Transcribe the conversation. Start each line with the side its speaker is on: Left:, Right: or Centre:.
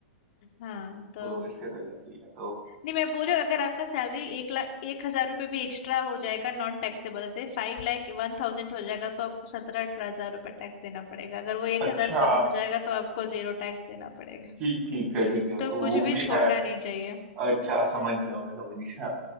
Left: हाँ तो
Right: तो इससे तो ज्यादा ही है तो
Left: नहीं मैं बोल रही हूँ अगर आपका सैलरी एक लाख एक हजार रुपये भी एक्स्ट्रा हो जाएगा नॉन टैक्सेबल से फाइव लाख वन थाउजेंड हो जाएगा तो आपको सत्रह अठारह हजार रुपये टैक्स देना पड़ेगा अगर वो एक
Right: अच्छा
Left: हजार कम हो जाएगा तो आपको जीरो टैक्स देना पड़ेगा
Right: ठीक ठीक है ठीक है
Left: तो
Right: तो
Left: कुछ
Right: वो
Left: भी
Right: भी
Left: छोड़ना
Right: है
Left: नहीं चाहिए
Right: अच्छा समझ गया मैं समझ गया